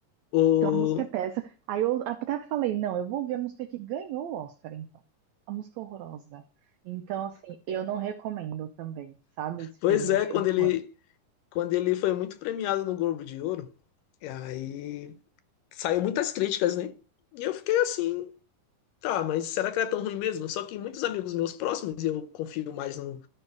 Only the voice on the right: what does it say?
a música é péssima. Aí eu até falei, não, eu vou ver a música que ganhou o Oscar, então. A música é horrorosa. Então, assim, eu não recomendo também, sabe? Esse
filme,
eu achei
muito
ruim.